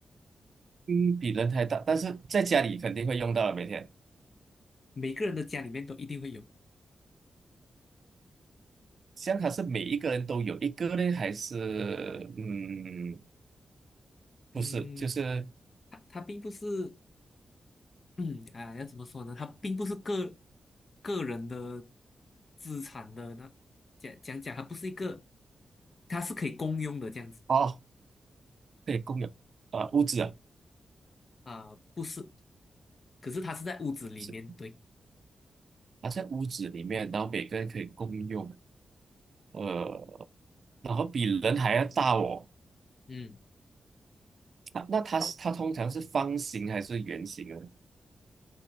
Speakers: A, on the right; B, on the left.
A: 嗯，比人还大，但是在家里肯定会用到的每天。
B: 每个人的家里面都一定会有。
A: 像它是每一个人都有一个呢，还是嗯，不是，
B: 嗯，
A: 就是
B: 它它并不是，嗯啊，要怎么说呢？它并不是个个人的资产的那讲讲讲，它不是一个，它是可以公用的这样子
A: 哦，可以共有啊，屋子啊，
B: 啊，不是。可是它是在屋子里面，
A: 不是，
B: 对，
A: 啊，在屋子里面，然后每个人可以共用，呃，然后比人还要大哦。
B: 嗯，
A: 那那它是它通常是方形还是圆形的？